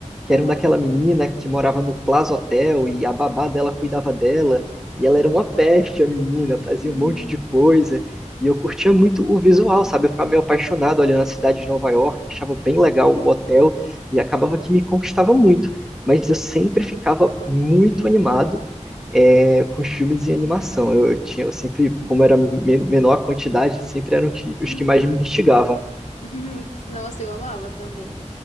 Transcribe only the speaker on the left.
aham.
<laughs>
uhum.
<laughs> Nossa, eu amava também.